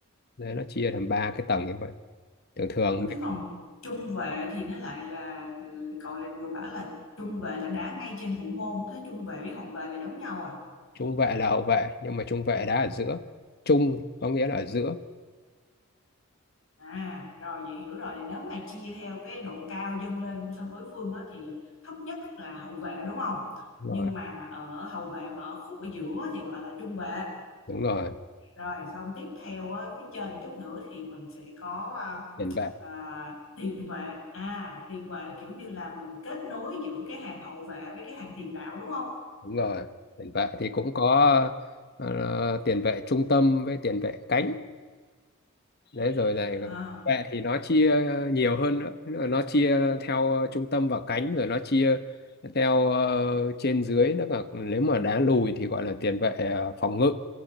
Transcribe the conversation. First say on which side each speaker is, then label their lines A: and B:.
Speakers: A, on the left; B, on the left.
A: đấy nó chia thành ba cái tầng như vậy thường thường
B: Ủa thế còn trung vệ thì nó lại là ừ, cậu lại vừa bảo là trung vệ là đá ngay trên thủ môn thế trung vệ với hậu vệ là giống nhau à
A: trung vệ là hậu vệ nhưng mà trung vệ đá ở giữa trung có nghĩa là ở giữa
B: à rồi vậy hiểu rồi thì nếu mà chia theo cái độ cao dâng lên sân đối phương á, thì thấp nhất là hậu vệ đúng không
A: đúng
B: nhưng
A: rồi
B: mà ở hậu vệ mà ở khúc ở giữa thì gọi là trung vệ
A: đúng rồi
B: rồi xong tiếp theo á, phía trên chút nữa thì mình sẽ có à,
A: tiền vệ
B: à, tiền vệ à tiền vệ là kiểu như là mình kết nối giữa cái hàng hậu vệ với cái hàng tiền đạo đúng không
A: đúng rồi tiền vệ thì cũng có ờ, tiền vệ trung tâm với tiền vệ cánh đấy rồi này
B: à
A: vệ thì nó chia nhiều hơn nữa nó chia theo trung tâm và cánh rồi nó chia theo ờ, trên dưới nó là nếu mà đá lùi thì gọi là tiền vệ ờ, phòng ngự